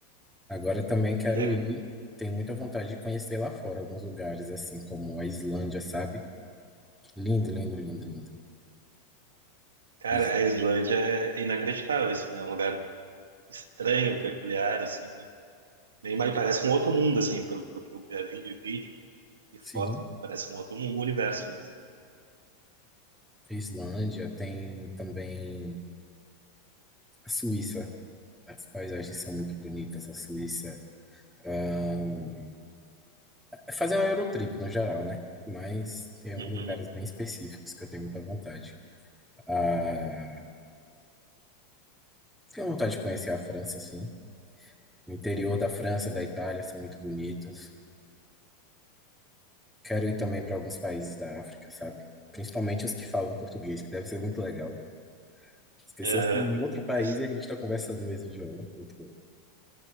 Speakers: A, in the centre; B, on the right (about 85°).
A: Agora eu também quero
B: que legal.
A: ir. Tenho muita vontade de conhecer lá fora alguns lugares, assim como a Islândia, sabe? Lindo, lindo, lindo, lindo.
B: Cara,
A: Is-
B: a Islândia é inacreditável, assim, né? É um lugar estranho, peculiar, assim, né? Nem mais parece um outro mundo, assim, pelo que eu já vi ali de vídeo e
A: Sim,
B: foto. Parece um outro mundo, um universo mesmo.
A: Islândia tem também A Suíça, as paisagens são muito bonitas, a Suíça. Ahn, é fazer uma Eurotrip no geral, né? Mas tem alguns
B: Uhum.
A: lugares bem específicos que eu tenho muita vontade. Ah, tenho vontade de conhecer a França, sim. O interior da França, da Itália, são muito bonitos. Quero ir também para alguns países da África, sabe? Principalmente os que falam português, que deve ser muito legal. As pessoas
B: É,
A: estão em outro país
B: deve,
A: e a gente está conversando no mesmo idioma. Muito bom.